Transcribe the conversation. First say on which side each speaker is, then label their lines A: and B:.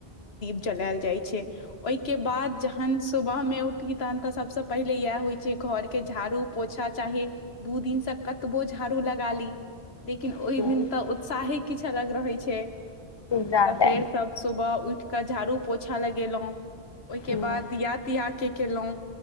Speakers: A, on the left (about 75°); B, on the left (about 30°).
A: चलायल जाइ छै ओहिके बाद जहन सुबह मे उठही तहन तऽ सबसँ पहिले इएह होइ छै घर के झाड़ू पोछा चाही दू दिन सँ कतबो झाड़ू लगा ली लेकिन
B: दीप
A: ओहि दिन तऽ उत्साहे किछु अलग रहै छै
B: जादा
A: तऽ फेर सभ सुबह उठि कऽ झाड़ू पोछा लगेलहुँ ओहि के
B: ह
A: बाद दिया तिया के केलहु